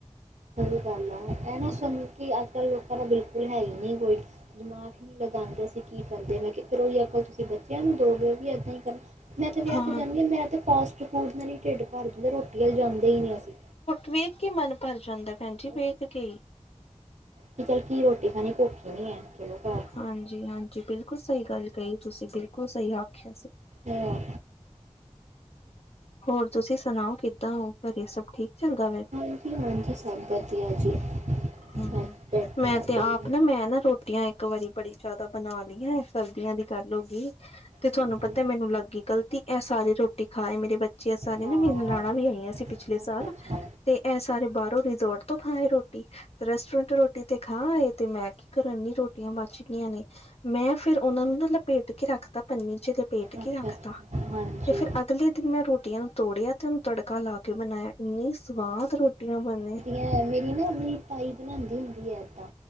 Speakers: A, on the right; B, on the left.
A: ਸਹੀ ਗੱਲ ਹੈ। ਐ ਨਾ ਸਾੰਨੁ ਕਿ, ਅੱਜ-ਕੱਲ ਲੋਕਾਂ ਦਾ ਬਿਲਕੁਲ ਹੈਹੀ ਨਹੀਂ ਕੋਈ। ਦਿਮਾਖ ਨਹੀਂ ਲਗਾਂਦੇ ਅਸੀ ਕੀ ਕਰਦੇ ਨੇ, ਕਿ ਫਿਰ ਉਹੀ ਅਕਲ ਤੁਸੀਂ ਬੱਚਿਆਂ ਨੂੰ ਦੋਗੇ, ਓ ਵੀ ਏਦਾਂ ਹੀ ਕਰਨਾ ਮੈਂ ਤੇ ਵਿਆਹ
B: ਹਾਂ
A: ਤੇ ਜਾਂਨੀ ਆਂ, ''ਮੈਂ ਤੇ ਫਾਸਟ-ਫੂਡ ਨਾਲ ਹੀ ਢਿੱਡ ਭਰ ਦਿੰਦਾ, ਰੋਟੀ ਵੱਲ ਜਾਂਦੇ ਹੀ ਨਹੀਂ ਅਸੀ।
B: ਵੇਖਕੇ ਮਨ ਭਰ ਜਾਂਦਾ ਭੈਣ ਜੀ,
A: ਹੋਰ
B: ਵੇਖਕੇ।
A: ਕਿ ਚੱਲ ਕੀ ਰੋਟੀ ਖਾਣੀ, ਭੁਖ ਹੀ ਨੀ ਹੈ। ਚਲੋ ਘਰ
B: ਹਾਂਜੀ-ਹਾਂਜੀ, ਬਿਲਕੁਲ ਸਹੀ ਗੱਲ ਕਹੀ ਤੁਸੀਂ ਬਿਲਕੁਲ ਸਹੀ ਆਖਿਆ ਸੀ।
A: ਹਾ ਆ
B: ਹੋਰ ਤੁਸੀ ਸੁਣਾਓ ਕਿੱਦਾਂ ਓ? ਘਰੇ ਸਭ ਠੀਕ ਚੱਲਦਾ ਪਿਆ?
A: ਹਾਂਜੀ ਹਾਂਜੀ ਸਭ ਵਧੀਆ ਜੀ
B: ਹਾਂ,
A: ਮੈਂ ਬੈਠੀ
B: ਮੈਂ
A: ਹਾਂ
B: ਤੇ
A: ਵਿਹਲੀ
B: ਆਪ ਨਾ, ਮੈਂ ਨਾ ਰ੍ਹੋ ਰ੍ਹੋਟੀਆਂ ਇੱਕ ਵਾਰੀ ਬੜੀ ਜਿਆਦਾ ਬਣਾ ਲਈਆਂ ਸਰਦੀਆਂ ਦੀ ਗੱਲ ਹੋਗੀ। ਤੇ ਤੁਹਾਨੂੰ
A: ਹਾਂਜੀ
B: ਪਤਾ ਮੈਨੂੰ ਲੱਗਗੀ ਗਲਤੀ, ਐ ਸਾਰੇ‌ ਰ੍ਹੋਟੀ ਖਾ ਆਏ, ਮੇਰੇ ਬੱ ਚਿਆ ਸਾਰਿਆ
A: ਹਾਂ
B: ਨਾ, ਮੇਰੀਆਂ ਨਨਾਣਾ ਵੀ ਆਈਆਂ ਸੀ ਪਿਛਲੇ
A: ਅੱਛਾ
B: ਸਾਲ
A: ਅੱਛਾ
B: ਤੇ, ਐ ਸਾਰੇ ਬਾਹਰੋ ਰਿਜੋਰਟ ਤੋਂ ਖਾ ਆਏ ਰੋਟੀ ਤੇ ਰੈਸਟੋਰੈਂਟ ਰੋਟੀ ਤੇ ਖਾ ਆਏ, ਤੇ ਮੈਂ ਕੀ ਕਰਨਨੀ ਰੋਟੀਆਂ ਬਚਗੀਆਂ ਨੇ। ਮੈਂ ਫਿਰ ਉਹਨਾਂ ਨੂੰ ਨਾ ਲਪੇਟਕੇ ਰੱਖ ਪੰਨੀ'ਚ ਲਪੇਟਕੇ
A: ਅੱਛਾ
B: ਰੱਖਤਾ,
A: ਅੱਛਾ ਹਾਂਜੀ
B: ਤੇ ਫਿਰ ਅਗਲੇ ਦਿਨ ਮੈਂ ਰ੍ਹੋ ਰ੍ਹੋਟੀਆਂ ਨੂੰ ਤੋੜਿਆ ਤੇ ਉਹਨੂੰ ਤੜਕਾ ਲਾਕੇ ਬਣਾਇਆ। ਇੰਨੀ ਸਵਾਦ ਰੋਟੀਆਂ ਬਣੇ
A: ਐ ਮੇਰੀ ਨਾ, ਮੇਰੀ ਤਾਈ ਬਣਾਂਦੀ ਹੁੰਦੀ ਏ, ਏਦਾਂ